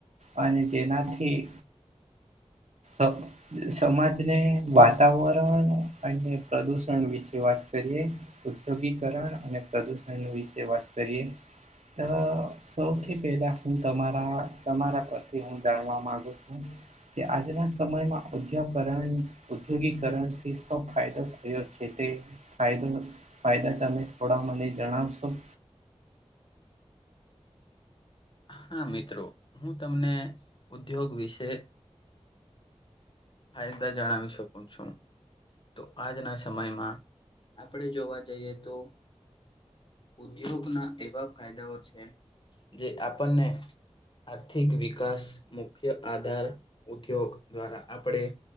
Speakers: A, on the right; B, on the left.
A: અને જેનાથી સ સમાજને વાતાવરણ અને પ્રદૂષણ વિશે વાત કરીએ. ઉદ્યોગીિકરણ અને પ્રદુષણ વિશે વાત કરીએ તો સૌથી પેલા હું તમારા તમારા પ્રતિ હું જાણવા માંગુ છું કે આજના સમયમાં ઉધ્યાકરણ ઉદ્યોગીિકરણથી સ ફાયદો છે તે ફાયદો ફાયદા તમે થોડા મને જણાવશો
B: હા મિત્રો હું તમને ઉદ્યોગ વિશે હા ત જણાવી શક ું તો આજના સમયમાં આપણે જોવા જઈએ તો ઉદ્યોગના એવા ફાયદાઓ છે જે આપણને આર્થિક વિકાસ મુખ્ય આધાર ઉદ્યોગ દ્વારા આપણે